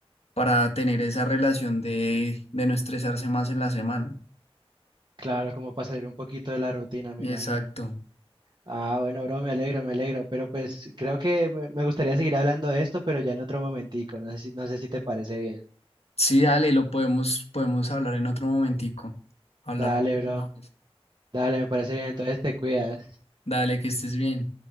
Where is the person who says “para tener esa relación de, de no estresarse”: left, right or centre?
Left